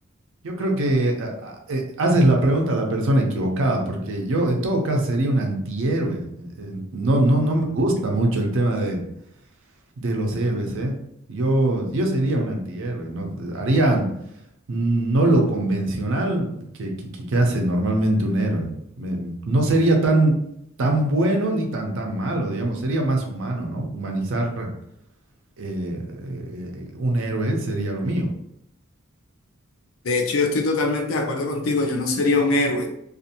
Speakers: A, on the right; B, on the left.
A: Yo creo que ah, ah, eh, haces la pregunta a la persona equivocada, porque yo en todo caso sería un antihéroe. Eh, eh, No, no, no me gusta mucho el tema de, de los héroes, ¿eh? Yo, yo sería un antihéroe, ¿no? Harían mm, no lo convencional que, que, que- que hace normalmente un héroe. Me- no sería tan, tan bueno ni tan, tan malo, digamos. Sería más humano, ¿no? Humanizar eh, eh, eh, un héroe sería lo mío.
B: De hecho, yo estoy totalmente de acuerdo contigo, yo no sería un héroe,